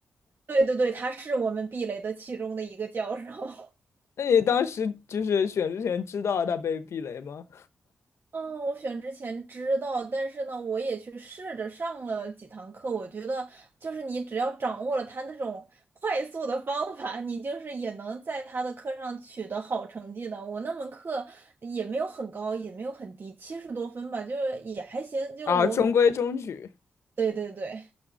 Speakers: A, on the right (about 50°); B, on the left (about 70°).
A: 对对对，他是我们避雷的其中的一个教授。
B: 那你当时就是选之前知道他被避雷吗？
A: 嗯，我选之前知道，但是呢，我也去试着上了几堂课。我觉得，就是你只要掌握了他那种快速的方法，你就是也能在他的课上取得好成绩的。我那门课也没有很高，也没有很低，七十多分吧，就是也还行。就我每，
B: 啊，中规中矩
A: 对对对，